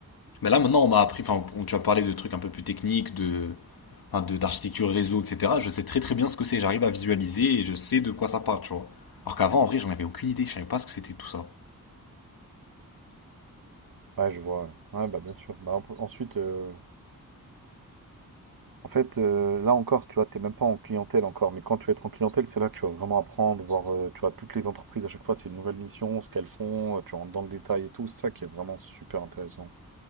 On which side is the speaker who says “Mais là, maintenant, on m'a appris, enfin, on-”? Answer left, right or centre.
Left